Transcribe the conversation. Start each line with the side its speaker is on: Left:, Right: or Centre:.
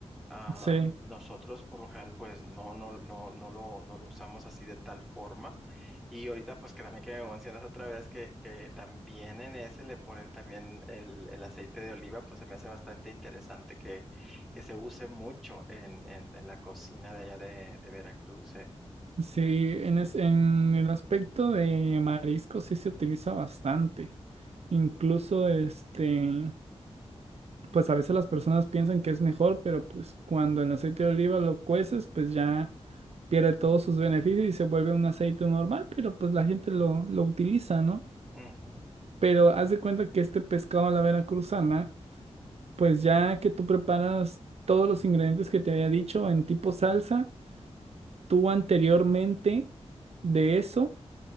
Centre: Ah,
Right: Sí,
Centre: nosotros por lo general pues no, no, no, no lo, no lo usamos así de tal forma. Y ahorita pues que también que me mencionas otra vez que, que también en ese le ponen también el, el aceite de oliva, pues se me hace bastante interesante que, que se use mucho en, en, en la cocina de allá de, de Veracruz, ¿eh?
Right: sí, en, es- en el aspecto de marisco sí se utiliza bastante. Incluso este, pues a veces las personas piensan que es mejor, pero pues cuando el aceite de oliva lo cueces, pues ya pierde todos sus beneficios y se vuelve un aceite normal, pero pues la gente lo, lo utiliza, ¿no?
Centre: Ujú,
Right: Pero haz de cuenta que este pescado a la veracruzana, pues ya que tú preparas todos los ingredientes que te había dicho en tipo salsa, tú anteriormente de eso,